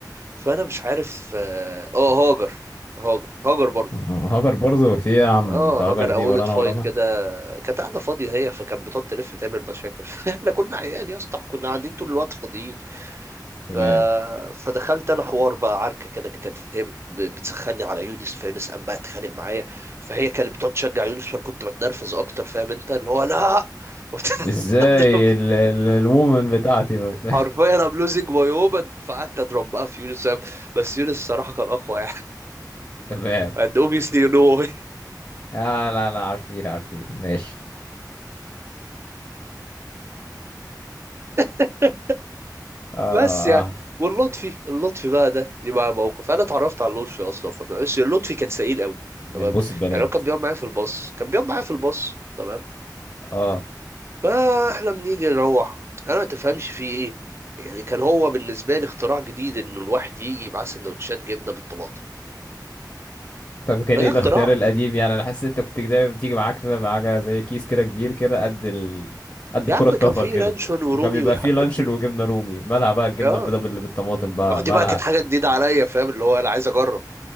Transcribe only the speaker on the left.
آه، هاجر برضو في إيه يا عم
انت هاجر
دي
ورانا
ورانا
تمام
ازاي
ال- ال- الوومن بتاعتي بت...
<laughs> تمام
آه لا لا عارفين عارفين ماشي
اه
اه
من
بوس البنات
اه
طب كان
ايه الاختيار
القديم يعني انا حاسس ان انت كنت دايما بتيجي معاك في معاك زي كيس كده كبير كده قد ال... قد
الكرة
الكفر
كده
وكان بيبقى
فيه لانشون
وجبنة رومي مالها بقى الجبنة
البيضاء بال- بالطماطم بقى
مالها